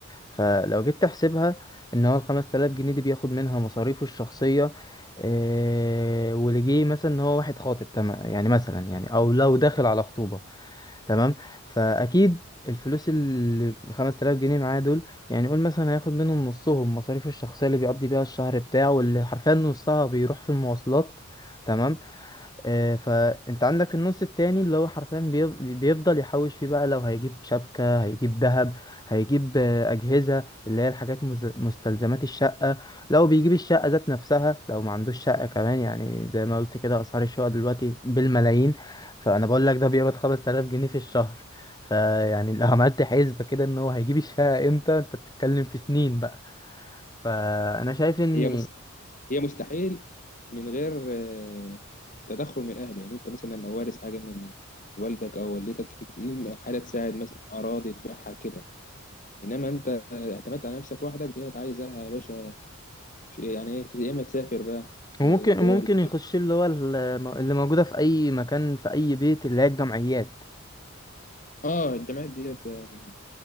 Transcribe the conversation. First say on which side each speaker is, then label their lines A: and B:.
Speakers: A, on the left (about 20°); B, on the left (about 35°).
A: فلو جيت تحسبها إن هو الخمس تلاف جنيه دي بياخد منها مصاريفه الشخصية آه، واللي جه مثلا إن هو واحد خاطب تمام يعني مثلا يعني أو لو داخل على خطوبة تمام فاكيد الفلوس ال 5000 جنيه معاه دول يعني قول مثلا هياخد منهم نصهم مصاريفه الشخصيه اللي بيقضي بيها الشهر بتاعه واللي حرفيا نصها بيروح في المواصلات تمام آه، فانت عندك النص التاني اللي هو حرفيا بيف- بيفضل يحوش فيه بقى لو هيجيب شبكة هيجيب ذهب هيجيب آه، أجهزة اللي هي الحاجات مز- مستلزمات الشقة لو بيجيب الشقة ذات نفسها لو ما عندوش شقة كمان يعني زي ما قلت كده أسعار الشقة دلوقتي بالملايين فأنا بقول لك ده بيقبض 5000 جنيه في الشهر فيعني لو <laughs> عملت حسبة كده إن هو هيجيب الشقة إمتى أنت بتتكلم في سنين بقى فأنا شايف إن
B: هي مست... هي مستحيل من غير آه، تدخل من الاهل يعني انت مثلا لو وارث حاجه من والدك او والدتك دي حاجه تساعد مثلا اراضي تبيعها كده انما انت اعتمدت على نفسك وحدك دي عايزه لها يا باشا ش- يعني ايه يا اما تسافر بقى
A: وممكن
B: آه، دول
A: ممكن يخش اللي هو الم- اللي موجودة في أي مكان في أي بيت اللي هي الجمعيات
B: اه الجامعات ديت يعني